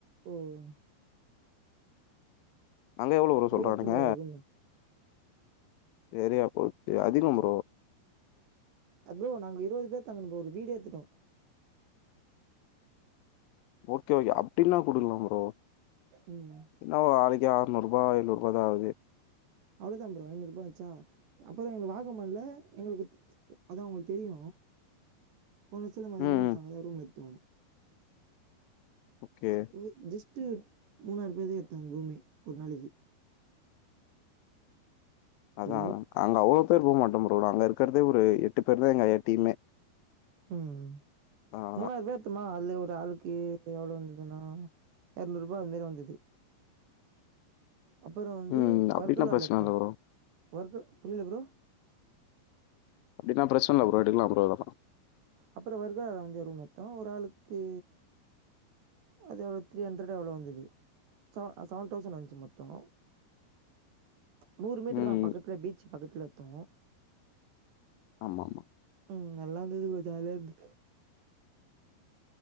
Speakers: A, on the right (about 75°); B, on the left (about 80°).
A: ம்
B: அங்க எவ்ள ப்ரோ சொல்றானுங்க
A: எடுத்தோ ப்ரோ ஒரு ரூமு
B: சரியாப்போச்சு அதிக ப்ரோ
A: அ ப்ரோ நாங்க இருவது பேர் தங்குன ப்ரோ ஒரு வீடே எடுத்துட்டோ
B: ஓகே ஓகே அப்டினா குடுக்கலா ப்ரோ
A: ம்
B: என்ன ஒர் நாளைக்கு ஆ ர்நூறுபா ஐநூறுபாதா ஆகுது
A: அவ்ளதா ப்ரோ ஐநூறுபா ஆச்சா அப்பற இங்க வாகமான்ல எங்ளுக்கு த் த் அதா உங்ளுக்கு தெரியு போன வருஷலா பாத்திங்கனா
B: ம், ம்.
A: ச அங்கதா ரூம் எடுத்தோ
B: ஓகே.
A: ம் ஜஸ்ட் மூனாயிருபாய்க்தா எத்தோ ரூமே ஒரு நாளைக்கு
B: அதா
A: ப்ரோ
B: நாங்க அவ்ளோ பேர் போ மாட்டோ ப்ரோ நாங்க இருக்றதே ஒரு எட்டு பேருதா எங்க டீமே
A: ம்
B: அதனால
A: மூணாயிருபாய்க்
B: தான்.
A: எத்துமா அதுலயு ஒரு ஆளுக்கு எவ்ள வந்துதுனா எரநூறுபா அது மாரி வந்துது அப்பறொ வந்து
B: ம். அப்டின்னா
A: வர்கலால
B: பிரச்சன
A: எத்தோ
B: இல்ல ப்ரோ.
A: வர்கல் புரில ப்ரோ
B: அப்டினா பிரச்ன இல்ல ப்ரோ எடுக்கலா ப்ரோ ரக
A: அப்பற வர்கால வந்து ரூம் எத்தோ ஒரு ஆளுக்கு அது ஒரு த்ரீ ஹண்ட்ரட் எவ்வளோ வந்துது செவ செவன் தௌசண்ட் வந்துச்சு மொத்த நூறு மீட்டர்
B: ம்.
A: தா பக்கத்துல பீச் பக்கத்துல எத்தோ
B: ஆமாமா
A: ம் நல்லாருந்தது ப்ரோ ஜாலியா இருந்த